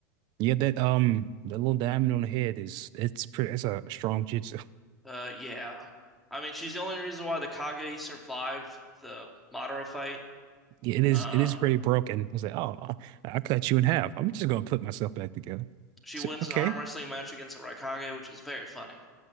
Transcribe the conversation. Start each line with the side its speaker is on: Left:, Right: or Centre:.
Right: Yeah, that um that little diamond on the head is it's pretty it's a strong jutsu.
Centre: Uh, yeah. I mean, she's the only reason why the Kage survived the Madara fight.
Right: yeah, it is
Centre: Um,
Right: it is pretty broken. It's like, oh, I cut you in half. I'm just gonna put myself back together.
Centre: she
Right: So,
Centre: wins
Right: okay.
Centre: an arm wrestling match against the Raikage, which is very funny.